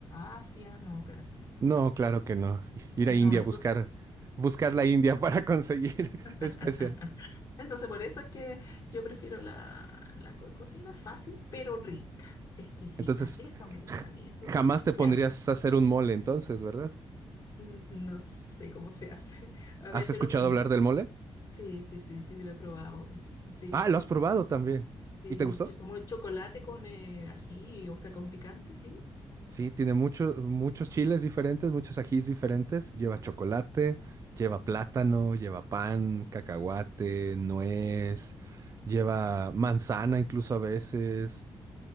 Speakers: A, on the left; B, on the right.
A: a Asia. No, gracias,
B: No,
A: gracias.
B: claro que no. Ir
A: No,
B: a India
A: entonces,
B: a buscar, buscar la India para conseguir <laughs>
A: <laughs>
B: especias.
A: entonces por eso es que yo prefiero la, la co- cocina fácil, pero rica, exquisita.
B: Entonces,
A: Eso me gusta a mí. Entonces,
B: jamás te
A: ya,
B: pondrías a hacer un mole entonces, ¿verdad?
A: n- no sé cómo se hace. <laughs> A
B: ¿Has
A: ver,
B: escuchado
A: pero dime.
B: hablar del mole?
A: Sí, sí, sí, sí, lo he probado. Sí,
B: Ah,
A: sí,
B: lo
A: lo
B: has
A: he probado.
B: probado también.
A: Eh,
B: ¿Y te gustó?
A: cho- como el chocolate con eh, ají, o sea, con picante, sí.
B: Sí, tiene muchos muchos chiles diferentes, muchos ajís diferentes. Lleva chocolate, lleva plátano, lleva pan, cacahuate, nuez, lleva manzana incluso a veces.